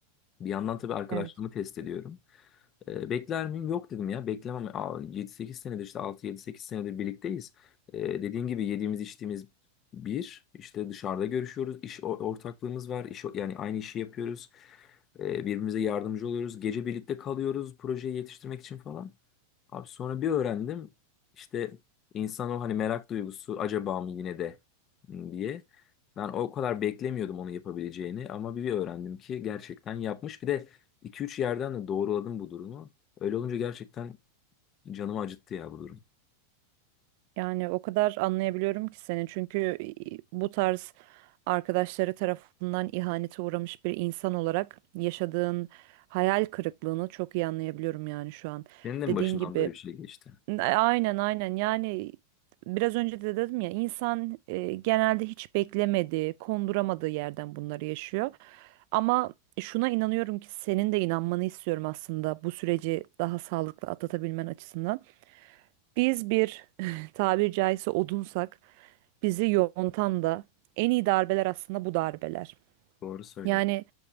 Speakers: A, on the left (about 35°); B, on the right (about 55°).
A: Bir yandan tabii arkadaşlığımı
B: Evet.
A: test ediyorum. E, bekler miyim? Yok dedim ya. Beklemem. Aa, 7-8 senedir işte 6-7-8 senedir birlikteyiz. E, dediğin gibi yediğimiz içtiğimiz bir. işte dışarıda görüşüyoruz. İş o- ortaklığımız var. İş, o- yani aynı işi yapıyoruz. E, birbirimize yardımcı oluyoruz. Gece birlikte kalıyoruz projeyi yetiştirmek için falan. Abi sonra bir öğrendim. işte insan o hani merak duygusu acaba mı yine de hmm, diye. Ben o kadar beklemiyordum onu yapabileceğini ama bir bir öğrendim ki gerçekten yapmış. Bir de 2 üç yerden de doğruladım bu durumu. Öyle olunca gerçekten canımı acıttı ya bu durum.
B: Yani o kadar anlayabiliyorum ki seni çünkü e, bu tarz arkadaşları tarafından ihanete uğramış bir insan olarak yaşadığın hayal kırıklığını çok iyi anlayabiliyorum yani şu an.
A: Senin de mi
B: Dediğin
A: başından
B: gibi
A: böyle bir şey geçti?
B: e, aynen aynen yani biraz önce de dedim ya insan e, genelde hiç beklemediği, konduramadığı yerden bunları yaşıyor. Ama şuna inanıyorum ki senin de inanmanı istiyorum aslında bu süreci daha sağlıklı atlatabilmen açısından. Biz bir <laughs> tabiri caizse odunsak bizi yontan da en iyi darbeler aslında bu darbeler.
A: Doğru söylüyorsun.
B: Yani